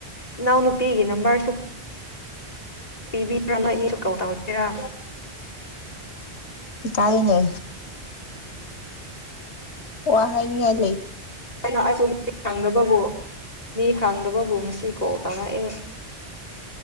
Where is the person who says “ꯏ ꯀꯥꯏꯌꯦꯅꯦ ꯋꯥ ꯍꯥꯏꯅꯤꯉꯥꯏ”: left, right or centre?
Left